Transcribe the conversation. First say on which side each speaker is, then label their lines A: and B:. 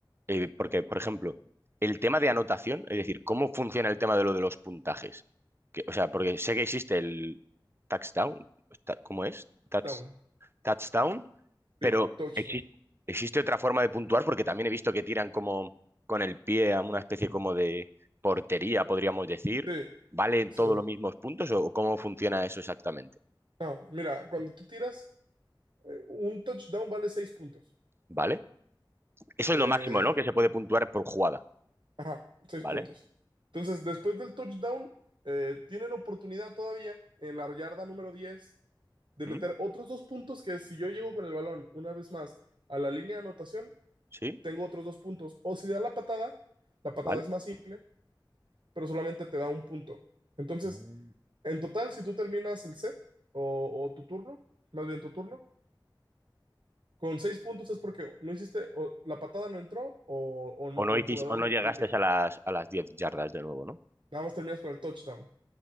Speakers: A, on the right; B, on the right.
A: Eh, porque, por ejemplo, el tema de anotación, es decir, ¿cómo funciona el tema de lo de los puntajes? Que, o sea, porque sé que existe el touchdown, ta- ¿cómo es? Touch-
B: Down,
A: touchdown, pero
B: sí, touchdown.
A: existe, existe otra forma de puntuar porque también he visto que tiran como con el pie a una especie como de portería, podríamos decir.
B: Sí,
A: ¿Valen
B: sí.
A: todos los mismos puntos o o cómo funciona eso exactamente?
B: No, mira, cuando tú tiras, eh, un touchdown vale seis puntos.
A: ¿Vale? Eso
B: Eh,
A: es lo máximo, ¿no? Que se puede puntuar por jugada,
B: ajá, seis
A: ¿vale?
B: puntos. Entonces, después del touchdown, eh, tienen oportunidad todavía en la yarda número 10 de
A: ¿Mm?
B: meter otros dos puntos que si yo llego con el balón una vez más a la línea de anotación,
A: ¿Sí?
B: tengo otros dos puntos. O si da la patada, la patada
A: ¿vale?
B: es más simple, pero solamente te da un punto. Entonces,
A: Mm.
B: en total, si tú terminas el set o, o tu turno, más bien tu turno, con seis puntos es porque no hiciste, o la patada no entró o, o no,
A: O
B: o
A: no hiciste,
B: el jugador
A: o no
B: no
A: llegaste
B: pudo llegar.
A: a las, a las 10 yardas de nuevo, ¿no?
B: Nada más terminas con el touchdown.